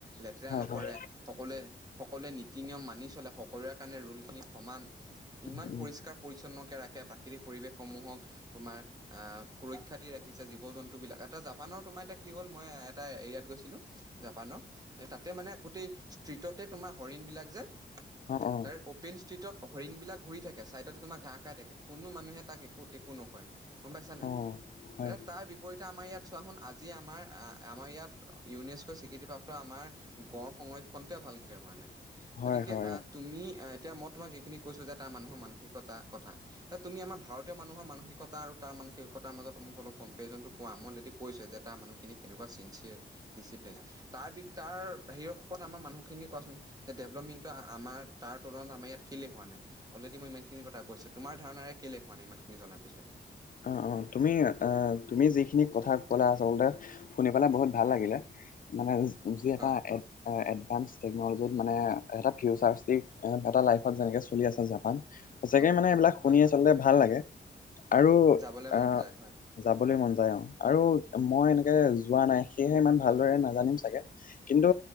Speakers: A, on the right; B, on the left.
A: লেতেৰা
B: হয়,
A: নকৰে
B: হয়,
A: সকলোৱ সকলোৱে নীতি নিয়ম মানি চলে সকলোৰে কাৰণে ৰোলখিনি সমান ইমান
B: উম, উম।
A: পৰিষ্কাৰ পৰিচ্ছন্নকে ৰাখে প্ৰাকৃতিক পৰিৱেশসমূহক তোমাৰ আহ সুৰক্ষা দি ৰাখিছে জীৱ জন্তু বিলাক এটা জাপানৰ তোমাৰ এতিয়া কি হ'ল মই এটা এৰিয়াত গৈছিলো জাপানৰ সেই তাতে মানে গোটেই ষ্ট্ৰীটত তে তোমাৰ হৰিণ বিলাক যে
B: অ', অ',
A: ত অপেন ষ্ট্ৰীটত হৰিণ বিলাক ঘূৰি থাকে ছাইডতে তোমাৰ ঘাঁহ খাই থাকে কোনো মানুহে তাক একো একো নকয় গম পাইছা নাই
B: অ', হয়,
A: এতিয়া তাৰ বিপৰীত এতিয়া আমাৰ ইয়াত চোৱাচোন আজি আমাৰ আমাৰ ইয়াত ইউনেস্ক স্বীকৃতিপ্ৰাপ্ত আমাৰ গড় সংৰক্ষণতে ভালকে হোৱা নাই
B: হয়,
A: গতিকে
B: হয়,
A: আহ
B: অ'।
A: তুমি এতিয়া মই তোমাক এইখিনি কৈছো যে তাৰ মানুহৰ মানসিকতা কথা এ তুমি আমাৰ ভাৰতীয় মানুহৰ মানসিকতা আৰু তাৰ মানসিকতাৰ মাজত মোক অলপ কম্পৰিজন কোৱা মই অলৰেদি কৈছে যে তাৰ মানুহখিনি কেনেকোৱা চিনচিয়াৰ ডিচিপ্লিন তাৰ বি তাৰ হেৰিৰ সপত আমাৰ মানুহ খিনি কোৱাচোন যে ডেভলপমেণ্টো আমাৰ তাৰ তুলনাত আমাৰ ইয়াত কেলে হোৱা নাই অলৰেডি মই ইমানখিনি কথা কৈছোৱে তোমাৰ ধাৰণাৰে কেলে হোৱা নাই ইমান খিনি জনাৰ পিছত
B: অ অ তুমি অ তুমি যিখিনি কথা কলা আচলতে শুনি পেলাই বহুত ভাল লাগিলে। মানে যি এটা
A: হয়
B: এ এডভান্স টেকনলজিত মানে এটা ফিউচাৰ ষ্টিক এটা ফিউচাৰ লাইফত যেনেকে চলি আছে জাপান সঁচাকে
A: অ হ-
B: মানে এইবিলাক
A: হয়
B: শুনি
A: হয় হয়
B: আচলতে ভাল লাগে আৰু
A: যাবলৈ
B: আহ
A: মন যায় হয়
B: যাবলৈ মন যায় অ আৰু মই এনেকে যোৱা নাই সেয়েহে ইমান ভালদৰে নাজানিম চাগে কিন্তু